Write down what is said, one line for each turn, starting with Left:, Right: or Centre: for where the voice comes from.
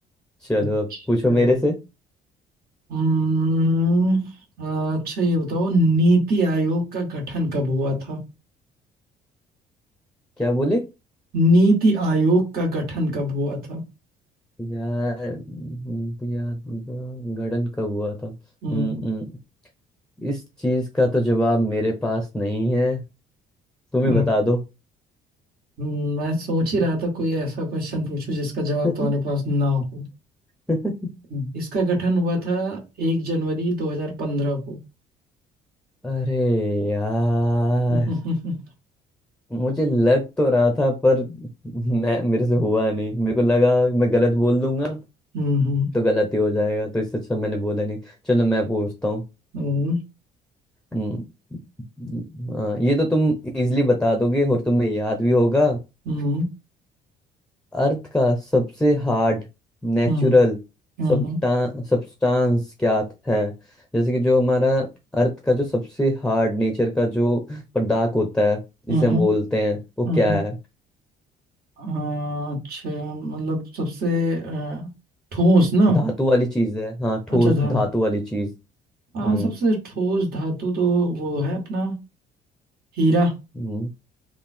Centre: चलो
Right: अच्छा
Centre: अब पूछो मेरे से
Right: हम्म, अ, अच्छा ये बताओ नीति आयोग का गठन कब हुआ था
Centre: क्या बोले
Right: नीति आयोग का गठन कब हुआ था
Centre: यार हम्म, यार उनका गठन कब हुआ था हम्म,
Right: हम्म
Centre: हम्म, इस चीज का तो जवाब मेरे पास नहीं है तुम ही
Right: हम्म,
Centre: बता दो
Right: हम्म, मैं सोच ही रहा था कोई ऐसा क्वेश्चन पूछूं जिसका जवाब
Centre: <laughs>
Right: तुम्हारे पास ना हो
Centre: हम्म,
Right: हम्म। इसका गठन हुआ था एक जनवरी 2015 को
Centre: अरे यार
Right: हम्म
Centre: मुझे लग तो रहा था पर मैं मेरे से हुआ नहीं मेरे को लगा मैं गलत बोल दूंगा
Right: हम्म
Centre: तो गलत ही हो जाएगा तो इससे अच्छा मैंने बोला नहीं चलो मैं पूछता हूँ
Right: हम्म
Centre: हम्म, हाँ, ये तो तुम इजीली बता दोगे और तुम्हें याद भी होगा
Right: हम्म
Centre: अर्थ का सबसे हार्ड नेचुरल
Right: हम्म हम्म
Centre: सब्सटेंस क्या है जैसे कि जो हमारा अर्थ का जो सबसे हार्ड नेचर का जो पदार्थ होता है
Right: हम्म,
Centre: जिसे हम बोलते हैं वो
Right: हम्म,
Centre: क्या है
Right: हाँ, अच्छा मतलब सबसे अ, ठोस ना
Centre: धातु वाली चीज है हाँ ठोस
Right: अच्छा था
Centre: धातु वाली चीज
Right: हाँ
Centre: हम्म
Right: सबसे ठोस धातु तो वो है अपना हीरा
Centre: हम्म